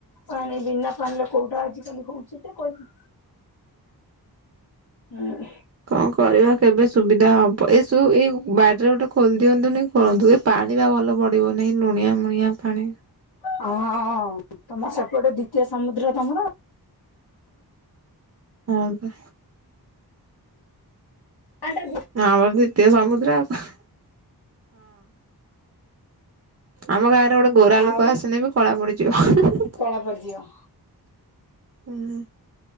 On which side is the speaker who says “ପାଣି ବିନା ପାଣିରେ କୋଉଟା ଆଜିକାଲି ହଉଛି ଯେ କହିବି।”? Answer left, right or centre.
Left